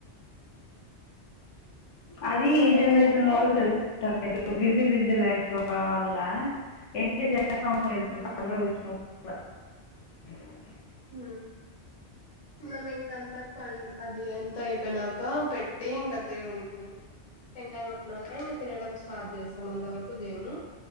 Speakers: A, on the left; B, on the left.
A: అది
B: ఇంకా
A: ఈ
B: మేమైతే
A: జనరేషన్ లో వాళ్ళు తెలుసుకుంట బిజీ బిజీ లైఫ్ వల్ల ఎంత చేస లేదు
B: మ్మ్
A: <unintelligible>
B: ఆ మేము ఇంకంత ప అది ఎంత అయిపోయినాక పెట్టి ఇంకా దేవునికి టెంకాయ కొట్టిన కా ఇంకా తినడం స్టార్ట్ చేస్తాం అంత వరకు చేయము